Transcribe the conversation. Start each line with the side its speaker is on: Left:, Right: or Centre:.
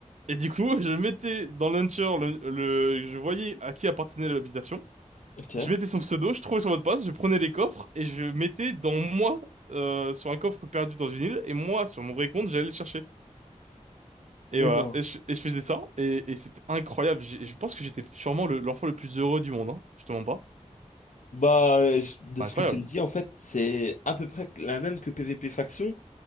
Right: Et du coup, <laughs> je mettais dans le launcher, le, le, je voyais à qui appartenait l'habitation.
Left: Ok.
Right: Je mettais son pseudo, je trouvais son mot de passe, je prenais les coffres et je mettais dans moi euh, sur un coffre perdu dans une île et moi sur mon vrai compte j'allais le chercher. Et
Left: Mais
Right: voilà,
Left: non.
Right: et je, et je faisais ça et, et c'était incroyable. J'ai- Je pense que j'étais sûrement le- l'enfant le plus heureux du monde, hein. Je te mens pas.
Left: Bah, euh, je- de
Right: C'est
Left: ce
Right: incroyable.
Left: que tu me dis, en fait, c'est à peu près la même que PvP faction,